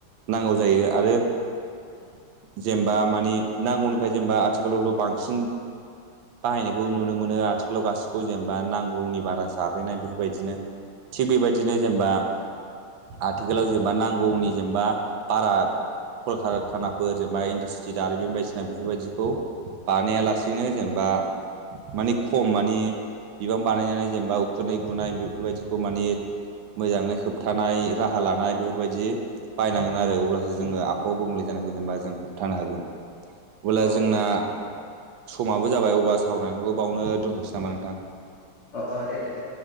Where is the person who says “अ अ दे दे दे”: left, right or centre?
Left